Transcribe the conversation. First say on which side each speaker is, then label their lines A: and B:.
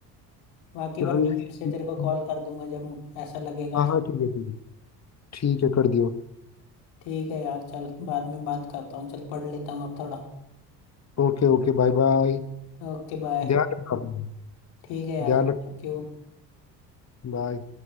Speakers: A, on the left; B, on the left.
A: बाकी
B: चल
A: वरना फिर
B: ठीक
A: से तेरे को
B: है।
A: कॉल कर दूंगा जब ऐसा लगेगा
B: हाँ
A: तो
B: हाँ ठीक है ठीक है ठीक है कर दियो
A: ठीक है यार चल बाद में बात करता हूँ चल पढ़ लेता हूँ अब थोड़ा
B: Okay okay bye bye
A: Okay bye
B: ध्यान रखना अपना।
A: ठीक है यार
B: ध्यान
A: थैंक
B: रख
A: यू
B: बाय